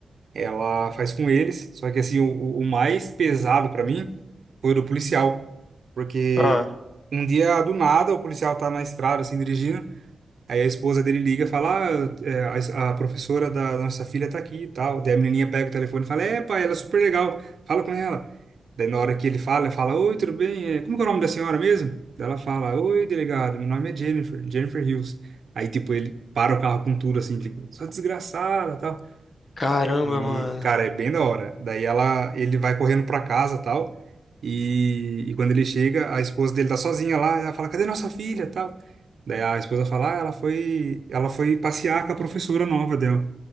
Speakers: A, on the right (about 60°); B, on the left (about 50°).
A: ela faz com eles. Só que assim, o, o o mais pesado pra mim foi o do policial, porque
B: Ah.
A: um dia do nada o policial tá na estrada assim dirigindo, aí a esposa dele liga, e fala, ah, é, a, a professora da nossa filha tá aqui e tal. Daí a menininha pega o telefone e fala, é, pai, ela é super legal, fala com ela. Daí na hora que ele fala, ela fala, oi, tudo bem? É, Como que é o nome da senhora mesmo? Daí ela fala, oi, delegado, meu nome é Jennifer, Jennifer Hills. Aí, tipo, ele para o carro com tudo, assim, tipo, sua desgraçada, tal.
B: Caramba,
A: E,
B: mano.
A: cara, é bem da hora. Daí ela, ele vai correndo pra casa, tal. E, e quando ele chega, a esposa dele tá sozinha lá, ela fala: "Cadê nossa filha?", tal. Daí a esposa fala: "Ah, ela foi, ela foi passear com a professora nova dela".